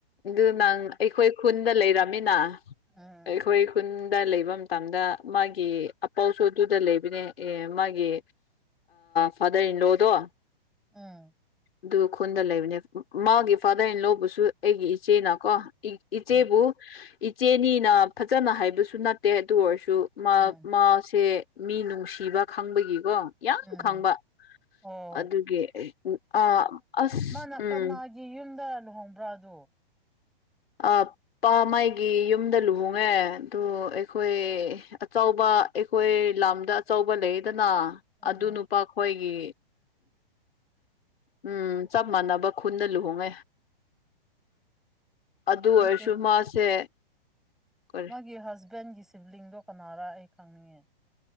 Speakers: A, on the left; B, in the centre.
A: ꯑꯗꯨ ꯅꯪ ꯑꯩꯈꯣꯏ ꯈꯨꯟꯗ ꯂꯩꯔꯝꯃꯤꯅ
B: ꯎꯝ
A: ꯑꯩꯈꯣꯏ ꯈꯨꯟꯗ ꯂꯩꯐꯝ ꯃꯇꯝꯗ ꯃꯥꯒꯤ ꯑꯄꯥꯎꯁꯨ ꯑꯗꯨꯗ ꯂꯩꯕꯅꯦ ꯑꯦ ꯃꯥꯒꯤ ꯐꯗꯔ ꯏꯟ ꯂꯣ ꯗꯣ
B: ꯎꯝ
A: ꯑꯗꯨ ꯈꯨꯟꯗ ꯂꯩꯕꯅꯦ ꯃꯥꯒꯤ ꯐꯥꯗꯔ ꯏꯟ ꯂꯧꯕꯨꯁꯨ ꯑꯩꯒꯤ ꯏꯆꯦꯅꯀꯣ ꯏꯆꯦꯕꯨ
B: ꯎꯝ
A: ꯏꯆꯦꯅꯤꯅ ꯐꯖꯅ ꯍꯥꯏꯕꯁꯨ ꯅꯠꯇꯦ ꯑꯗꯨ ꯑꯣꯏꯔꯁꯨ ꯃꯥ
B: ꯎꯝ
A: ꯃꯥꯁꯦ ꯃꯤ ꯅꯨꯡꯁꯤꯕ ꯈꯪꯕꯒꯤꯀꯣ ꯌꯥꯝ
B: ꯎꯝ
A: ꯈꯪꯕ
B: ꯑꯣ
A: ꯑꯗꯨꯒꯤ ꯑꯥ ꯑꯁ
B: ꯃꯥꯅ
A: ꯎꯝ
B: ꯀꯅꯥꯒꯤ ꯌꯨꯝꯗ ꯂꯨꯍꯣꯡꯕ꯭ꯔꯥ ꯑ ꯑꯗꯨ
A: ꯑꯥꯄ ꯄꯥ ꯃꯥꯏꯒꯤ ꯌꯨꯝꯗ ꯂꯨꯍꯣꯡꯉꯦ ꯑꯗꯨ ꯑꯩꯈꯣꯏ ꯑꯆꯕ ꯑꯩꯈꯣꯏ ꯂꯝꯗ ꯑꯆꯧꯕ ꯂꯩꯌꯦꯗꯅ
B: ꯎꯝ
A: ꯑꯗꯨꯅ ꯈꯣꯏꯒꯤ ꯎꯝ ꯆꯞ ꯃꯥꯟꯅꯕ ꯈꯨꯟꯅ ꯂꯨꯍꯣꯡꯉꯦ ꯑꯗꯨ ꯑꯣꯏꯔꯁꯨ
B: ꯅꯠꯇꯦ
A: ꯃꯥꯁꯦ ꯀꯔꯤ
B: ꯑꯩꯒꯤ ꯍꯖꯕꯦꯟꯒꯤ ꯁꯤꯕ꯭ꯂꯤꯡꯗꯣ ꯀꯅꯥꯔ ꯑꯩ ꯈꯪꯅꯤꯡꯉꯦ